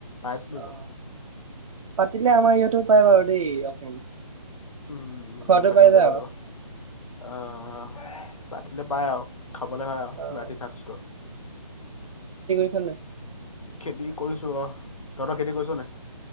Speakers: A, on the left; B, on the right.
A: পাইছিলো
B: অ',
A: ন
B: পাতিলে আমাৰ ইয়াতো পায় বাৰু দেই অকণ।
A: উম
B: খোৱাটো
A: জোৰ কাটিব
B: পাই যায়
A: যাব
B: আৰু
A: লাগিব আহ আহ, পাতিলে পায় আও, খাবলে হয় আও
B: অ'।
A: ৰাতি খাজটো।
B: ছ নাই
A: খেতি কৰিছোঁ অহ তহঁতৰ খেতি কৰিছ নাই?